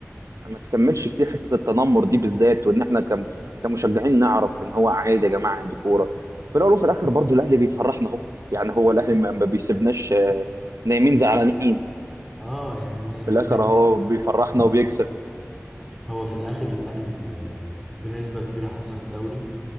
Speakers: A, on the right; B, in the centre.
A: ما تكملش كتير حتة التنمر دي بالذات وإن إحنا كم... كمشجعين نعرف إن هو عادي يا جماعة دي كورة وفي الأول وفي الآخر برضه الأهلي بيفرحنا أهو يعني هو الأهلي ما ما بيسيبناش آه، نايمين زعلانين
B: اه يعني
A: في الآخر
B: <laughs>
A: أهو بيفرحنا وبيكسب
B: هو في الآخر الأهلي آه، بنسبة كبيرة حسم الدوري